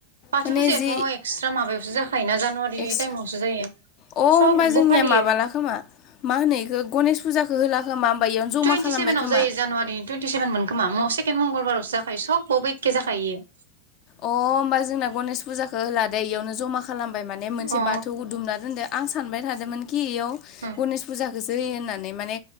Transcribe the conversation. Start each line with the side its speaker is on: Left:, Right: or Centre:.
Right: बाथौ
Left: माने
Right: फुजायाथ'
Left: जि
Right: एक्सट्रा माबायावसो जाखायोना जानुवारि
Left: एक्स
Right: टाइमावसो जायो।
Left: अ होमबा
Right: सबबो
Left: जोंनिया
Right: फालियो
Left: माबाला खोमा मा होनो इखो गणेश फुजाखौ हो ला‌ खोमा। इयावनो जमा
Right: टुइनटि
Left: खालामबाय
Right: सेभेनाव
Left: खोमा
Right: जायो जानुवारिनि टुइन्टिसेभेन मोन खोमा सेेखेण्ड मंगलाराव। जाखायो सबबावबो एखे जाखायो।
Left: अ होमबा जोंना गनेश फुजाखौ होलादे इयावनो जमा खालामबाय माने मोनसे
Right: अ
Left: बाथौ गु दुमना दोनदो आं सानबाय थादोमोन खि इयाव
Right: उम
Left: गणेश फुजाखोसो होयो होननानै माने